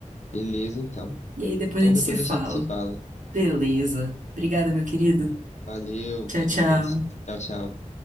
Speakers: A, on the left; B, on the right.
A: Beleza, então.
B: E aí depois
A: Então
B: a gente
A: depois
B: se fala.
A: a gente se fala.
B: Beleza. Obrigada, meu querido.
A: Valeu,
B: Tchau,
A: até
B: tchau.
A: mais. Tchau, tchau.